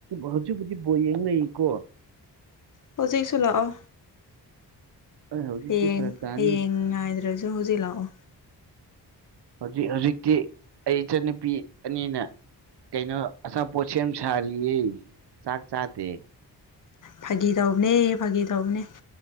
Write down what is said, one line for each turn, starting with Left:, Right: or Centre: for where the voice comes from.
Right: ꯍꯧꯖꯤꯛꯕꯨꯨꯗꯤ ꯕꯣ ꯌꯦꯡꯅꯩꯀꯣ
Left: ꯍꯧꯖꯤꯩꯁꯨꯂꯑꯣ
Right: ꯑꯩ ꯍꯧꯖꯤꯛꯇꯤ
Left: ꯍꯌꯦꯡ
Right: ꯐꯔꯛ ꯇꯥꯅꯤ
Left: ꯍꯌꯦꯡ ꯉꯥꯏꯗ꯭ꯔꯁꯨ ꯍꯧꯖꯤꯛ ꯂꯥꯛꯑꯣ
Right: ꯍꯧꯖꯤꯛ ꯍꯧꯖꯤꯛꯇꯤ ꯑꯩ ꯏꯆꯟꯅꯨꯄꯤ ꯑꯅꯤꯅ ꯀꯩꯅꯣ ꯑꯁꯥ ꯄꯣꯠꯁ ꯁꯥꯔꯤꯌꯦ ꯆꯥꯛ ꯆꯥꯗꯦ
Left: ꯐꯥꯒꯤ ꯇꯧꯕꯅꯦ ꯐꯥꯒꯤ ꯇꯧꯕꯅꯦ